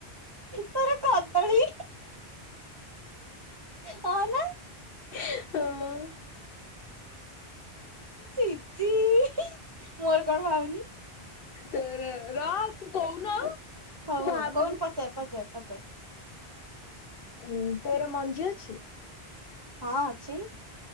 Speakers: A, on the right; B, on the left.
A: ତୋର କଦଳୀ। ହଁ ନା।
B: ହଁ।
A: ଛି ଛି ମୋର କଣ ଭାବେନି?
B: ତୋର ର ତୁ କଉନୁ ଆଉ
A: ହଉ ହଉ
B: ଭାବୁନି।
A: କହୁନୁ ପଚାର୍ ପଚାର୍ ପଚାର୍?
B: ଉଁ ତୋର ମଞ୍ଜି ଅଛି।
A: ହଁ ଅଛି।